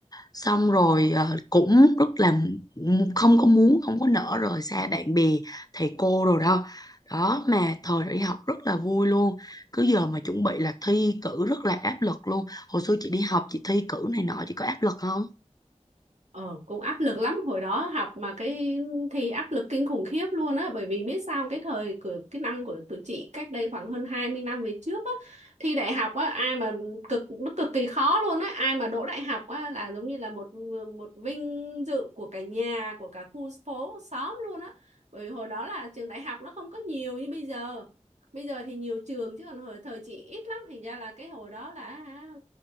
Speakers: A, on the left (about 30°); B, on the right (about 65°).
A: xong rồi ờ, cũng rất là m- không có muốn không có nỡ rời xa bạn bè thầy cô rồi đó đó mà thời đi học rất là vui luôn cứ giờ mà chuẩn bị là thi cử rất là áp lực luôn hồi xưa chị đi học chị thi cử này nọ chị có áp lực không
B: Ờ, cũng áp lực lắm hồi đó học mà cái thi áp lực kinh khủng khiếp luôn á bởi vì biết sao không? cái thời của cái năm của tụi chị cách đây khoảng hơn 20 năm về trước á thi đại học á ai mà cực nó cực kỳ khó luôn á ai mà đỗ đại học á là giống như là một một vinh dự của cả nhà của cả khu phố xóm luôn á bởi vì hồi đó là trường đại học nó không có nhiều như bây giờ bây giờ thì nhiều trường chứ còn hồi thời chị ít lắm thành ra là cái hồi đó là hả,